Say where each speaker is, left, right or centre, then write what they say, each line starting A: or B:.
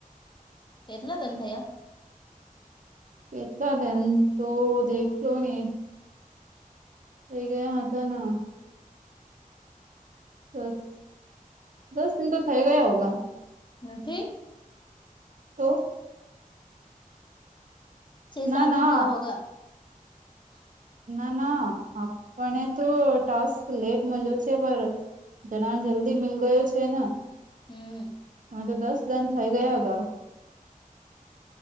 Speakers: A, on the left; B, on the right.
A: કેટલા ધન થયા.
B: કેટલા દન તો દેખ્યો ને. એ ગયાં હતાં ના દસ દસ દિન તો થઈ ગયા હોગા.
A: નથી.
B: તો.
A: છ
B: ના
A: સાત
B: ના.
A: દિન થયા હોગા <inaudible>
B: ના ના આપણે તો ટાસ્ક લેટ મળ્યો છે પર. ઈતના જલ્દી મિલ ગયો છે ને
A: હમ
B: અમે તો દસ દિન થઈ ગયા હોગા.